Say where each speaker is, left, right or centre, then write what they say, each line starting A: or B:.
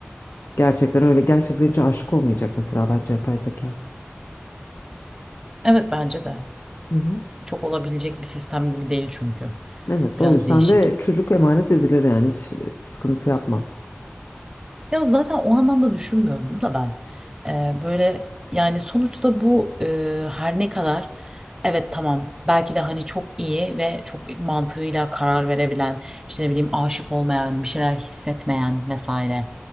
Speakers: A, on the left; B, on the right.
A: Gerçekten öyle gerçekten hiç aşık olmayacak mesela bence yapay zeka.
B: Evet bence de.
A: Hı hı.
B: Çok olabilecek bir sistem gibi değil çünkü.
A: Evet
B: Biraz
A: o yüzden
B: değişik.
A: de çocuk emanet edilir yani hiç e, sıkıntı yapma.
B: Ya zaten o anlamda düşünmüyorum da ben. Ee, böyle yani sonuçta bu e, her ne kadar evet tamam belki de hani çok iyi ve çok mantığıyla karar verebilen işte ne bileyim aşık olmayan bir şeyler hissetmeyen vesaire